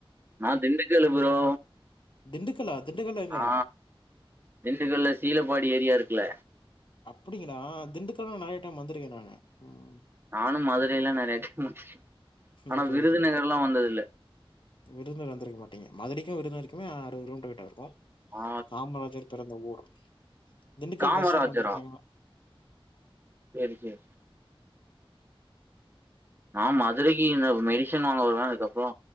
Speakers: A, on the right; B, on the left.
A: நா திண்டுக்கல்லு ப்ரோ
B: திண்டுக்கல்லா திண்டுக்கல்ல எங்க
A: ஆ திண்டுக்கல்ல சீலப்பாடி ஏரியா இருக்குல
B: அப்டிங்களா திண்டுக்கல்லா நெறைய டைம் வந்திருக்கே நானு ம்.
A: நானு மதுரையல்லா நெறைய டைம் வந்துருக் ஆனா
B: ஓகே,
A: விருதுநகர்லா
B: ஓகே, ஓகே.
A: வந்தது இல்ல
B: விருதுநகர் வந்திருக்க மாட்டீங்க மதுரைக்கு விருதுநருக்குமே அறுவது கிலோமீட்டர் கிட்ட இருக்கு
A: ஆ
B: காமராஜர் பிறந்த ஊர் திண்டுக்கல்
A: காமராஜரா
B: பஸ் ஸ்டாண்டு வந்திருக்கேங்ளா
A: செரி செரி நா மதுரைக்கு இங்க மெடிசன் வாங்க வருவே அதுக்கப்றோ